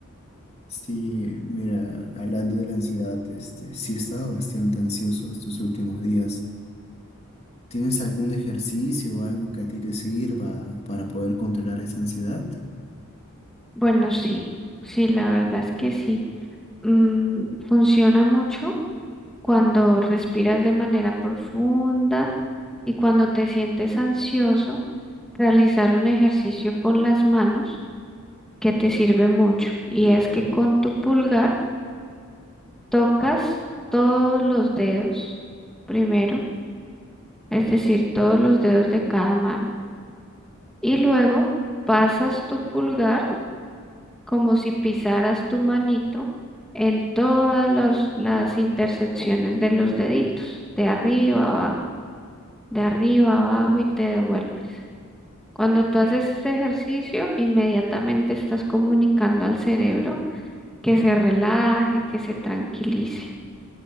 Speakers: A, on the left; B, in the centre.
A: Sí, mira, hablando de la ansiedad, este, sí he estado bastante ansioso estos últimos días. ¿Tienes algún ejercicio o algo que a ti te sirva para poder controlar esa ansiedad?
B: Bueno, sí, sí, la verdad es que sí. Mm, funciona mucho cuando respiras de manera profunda y cuando te sientes ansioso, realizar un ejercicio con las manos que te sirve mucho. Y es que con tu pulgar tocas todos los dedos primero, es decir, todos los dedos de cada mano. Y luego pasas tu pulgar como si pisaras tu manito en todas los- las intersecciones de los deditos, de arriba a abajo, de arriba a abajo y te devuelve. Cuando tú haces este ejercicio, inmediatamente estás comunicando al cerebro que se relaje, que se tranquilice.